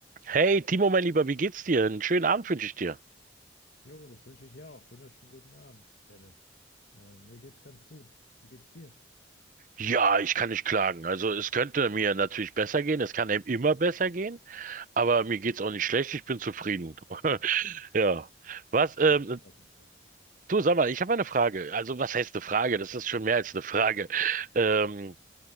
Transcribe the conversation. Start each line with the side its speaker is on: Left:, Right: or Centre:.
Right: Hey, Timo, mein Lieber, wie geht's dir? Einen schönen Abend wünsche ich dir.
Left: Jo, das wünsche ich dir auch. Wunderschönen guten Abend, Dennis. Äh, mir geht's ganz gut. Wie geht's dir?
Right: Ja, ich kann nicht klagen. Also es könnte mir natürlich besser gehen, es kann einem immer besser gehen, aber mir geht's auch nicht schlecht, ich bin zufrieden. <laughs> Ja. Was, ähm,
Left: Ah, das freut mich doch.
Right: du sag mal, ich habe eine Frage. Also was heißt eine Frage? Das ist schon mehr als eine Frage. Ähm,